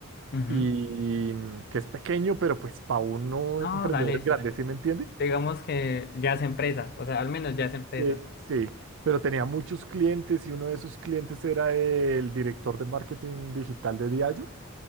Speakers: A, on the left; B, on the right.
A: ujú.
B: y mm, que es pequeño, pero pues para uno
A: No,
B: emprendedor
A: dale,
B: es
A: sí.
B: grande, ¿sí me entiende?
A: Digamos que ya es empresa, o sea, al menos ya es empresa,
B: Sí, sí, pero tenía muchos clientes y uno de esos clientes era el director de marketing digital de Diageo.